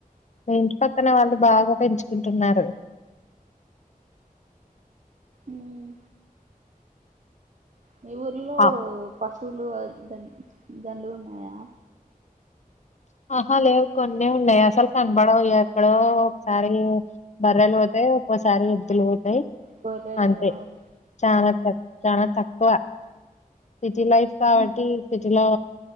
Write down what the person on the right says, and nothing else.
ఉమ్ మీ ఊర్లో
పశువులు దం దండుగున్నాయా
గోరెల్లు
ఆవ్
అన్